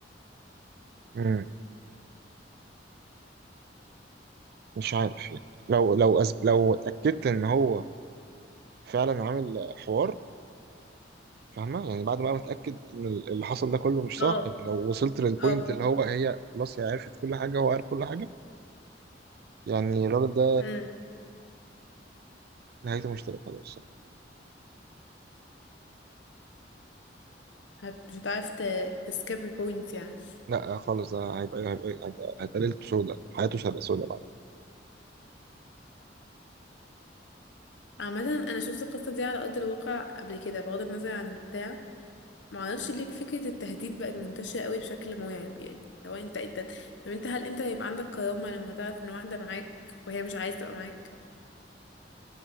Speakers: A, on the right; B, on the left.
A: مم، مش عارف يعني لو لو أز... لو اتأكدت إن هو فعلا عامل حوار فاهمة يعني بعد بقى ما اتأكد إن اللي حصل ده كله مش صح
B: اه
A: يعني لو وصلت للبوينت
B: اه بالظبط
A: اللي هو هي خلاص هي عرفت كل حاجة هو عارف كل حاجة يعني الراجل ده
B: امم
A: نهايته مش تبقى حلوه الصراحه
B: هت... مش هتعرف ت... تسكيب البوينت يعني
A: لا خالص ده هيبقى هيبقى هيبقى هيبقى ليلته سودة حياته مش هتبقى سودة بقى
B: عامة انا شفت القصة دي على ارض الواقع قبل كده بغض النظر عن البتاع معرفش ليه فكرة التهديد بقت منتشرة قوي بشكل مرعب يعني لو انت انت طب انت هل انت هيبقى عندك كرامة لما تعرف ان واحدة معاك وهي مش عايزة تبقى معاك